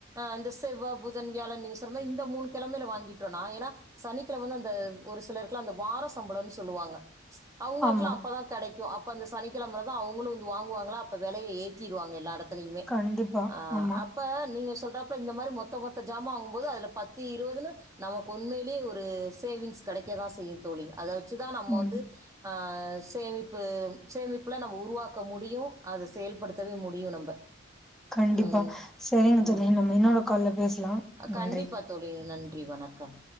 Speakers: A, on the right; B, in the centre.
A: அந்த செவ்வ புதன் வியாழன் நீங்க சொல்ற இந்த மூணு கிழமையில வாங்கிட்டோம்னா ஏன்னா சனிக்கிழமை வந்து அந்த ஒரு சிலருக்குல அந்த வார சம்பளம்னு சொல்லுவாங்க அவங்களுக்குல்லாம்
B: ஆமா
A: அப்பதான் கிடைக்கும் அந்த சனிக்கிழமை தான் அவங்களும் வந்து வாங்குவாங்களா அப்ப விலைய ஏற்றிவாங்க எல்லாரும்
B: கண்டிப்பா
A: <unintelligible>
B: ஆமா
A: அப்ப நீங்க சொன்னாப்லா இந்த மாரி மொத்த மொத்த ஜாமான் வாங்கும்போது அதுல பத் <unintelligible> நமக்கு உண்மையிலயே ஒரு சேவிங்ஸ் கிடைக்கதா செய்யும் தோழி அதாவது வச்சதா நம்ம
B: ம்
A: வந்து அ சேமிப்பு சேமிப்பலாம் நம்ம உருவாக்க முடியும் அதை செயல்படுத்தவே முடியும் நம்ம
B: கண்டிப்பா
A: ம்
B: சரிங்க தோழி
A: ம்
B: நம்ம இன்னோட கால்ல பேசலாம்
A: கண்டிப்பா
B: நன்றி
A: தோழி நன்றி வணக்கம்